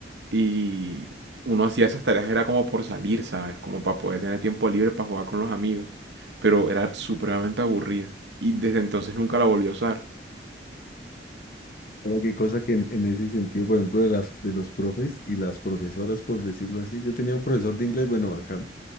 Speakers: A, on the right (about 80°); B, on the left (about 55°).
A: Y uno hacía esas tareas era como por salir, ¿sabes? Como para poder tener tiempo libre para jugar con los amigos. Pero era supremamente aburrida. Y desde entonces nunca la volví a usar.
B: ahora qué cosa que en, en ese sentido, por ejemplo, de las de los profes y las profesoras, por decirlo así, yo tenía un profesor de inglés, bueno, bacán,